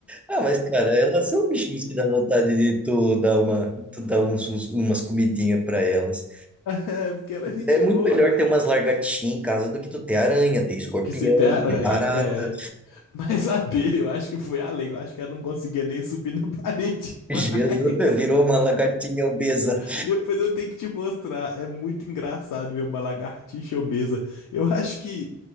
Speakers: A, in the centre; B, on the left (about 85°).
A: Ah, mas, cara, elas são bichinhos que dá vontade de tu dar uma, tu dar uns, uns- umas comidinhas para elas.
B: <laughs> porque ela é gente
A: É, é muito
B: boa,
A: melhor
B: né?
A: ter umas lagartixinhas em casa do que tu ter aranha, ter escorpião,
B: Que você tem aranha,
A: ter barata.
B: é. <laughs> Mas a dele, eu acho que foi além. Eu acho que ela não conseguia nem subir na <laughs> parede
A: Jesus,
B: mais.
A: <laughs> virou uma lagartinha obesa.
B: Depois eu tenho que te mostrar. É muito engraçado ver uma lagartixa obesa. Eu acho que